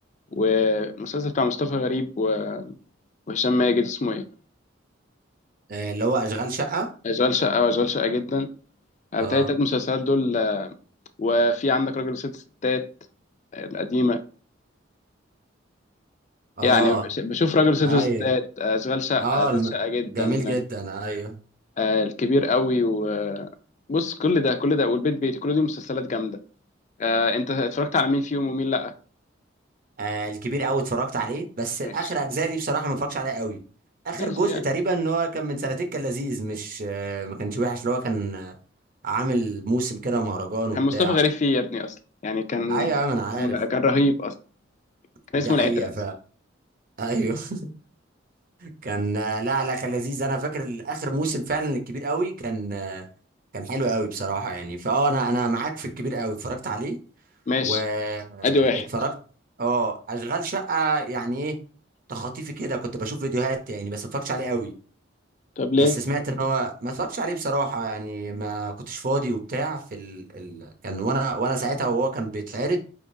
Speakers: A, on the left; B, on the right.
A: والمسلسل بتاع مصطفى غريب و- وهشام ماجد اسمه ايه
B: آه اللي هو اشغال شقة
A: اشغال شقه واشغال شقه جدا آه،
B: اه
A: بتهيألي التلات مسلسلات دول آه، وفي عندك راجل وست ستات آه، القديمه
B: اه
A: يعني بش- بشوف راجل ست
B: ايوه
A: ستات اشغال شقه
B: اه
A: اشغال
B: الم...
A: شقه جدا
B: جميل جدا ايوه
A: آه، الكبير قوي وبص كل ده كل ده والبيت بيتي كل دي مسلسلات جامده آه، انت اتفرجت على مين فيهم ومين لا
B: آه الكبير قوي اتفرجت عليه بس اخر
A: ماشي
B: اجزاء دي بصراحة ما اتفرجش عليها قوي اخر
A: ماشي
B: جزء
A: يعني
B: تقريبا ان هو كان من سنتين كان لذيذ مش آه ما كانش وحش اللي هو كان آه، عامل موسم كده مهرجان وبتاع
A: كان مصطفى غريب فيه يا ابني اصلا يعني كان
B: ايوه يا عم انا عارف
A: كان كان رهيب اصلا كان
B: دي
A: اسمه
B: حقيقة
A: العترة
B: فعلا ايوه <laughs> كان لا لا كان لذيذ انا فاكر اخر موسم فعلا الكبير قوي كان كان حلو قوي بصراحه يعني فاه انا انا معاك في الكبير قوي اتفرجت عليه
A: ماشي
B: واتفرجت
A: ادي واحد
B: اه اشغال شقه يعني ايه تخطيفي كده كنت بشوف فيديوهات يعني بس ما اتفرجتش عليه قوي
A: طب ليه
B: بس سمعت ان هو ما اتفرجتش عليه بصراحه يعني ما كنتش فاضي وبتاع في ال... ال... كان وانا وانا ساعتها وهو كان بيتعرض